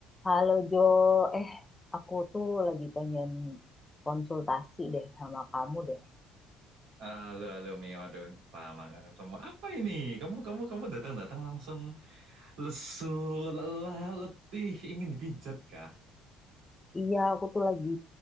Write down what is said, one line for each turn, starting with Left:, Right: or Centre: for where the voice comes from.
Left: Halo Jo, eh aku tuh lagi pengen konsultasi deh sama kamu deh.
Right: Halo, halo Mio, aduh, lama gak ketemu. Apa ini? Kamu, kamu, kamu datang-datang langsung lesu, lelah, letih, ingin dipijat kah?
Left: Iya, aku tuh lagi